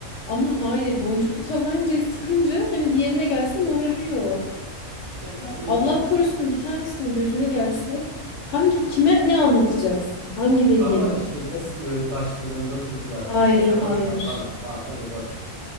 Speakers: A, on the left; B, on the right.
A: ama hayır boncuklu tabancayı sıkınca hani bir yerine gelse morarıyor.
B: İşte gelmeyecek.
A: Allah korusun bir tanesinin gözüne gelse hangi kime ne anlatacaksın? Hangi veliye
B: Ama
A: ne
B: işte biz
A: anlatacaksın?
B: öz başlarında duracağız.
A: Hayır
B: Neyse
A: hayır
B: boş ver. Tamam tamam iyi boş ver.